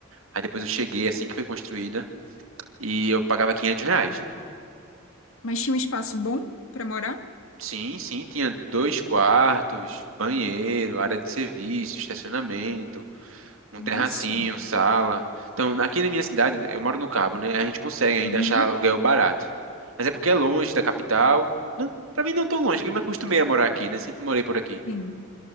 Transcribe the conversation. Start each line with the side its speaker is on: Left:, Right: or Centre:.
Right: Aí depois eu cheguei assim que foi construída e eu pagava quinhentos reais.
Left: Mas tinha um espaço bom pra morar?
Right: Sim, sim, tinha dois quartos, banheiro, área de serviço, estacionamento. Um
Left: Nossa.
Right: terracinho, sala. Então, aqui na minha cidade, né, eu moro no Cabo, né? A gente consegue ainda
Left: Uhum.
Right: achar aluguel barato. Mas é porque é longe da capital. Não, pra mim não é tão longe, que eu me acostumei a morar aqui, né? Sempre morei por aqui.
Left: Sim.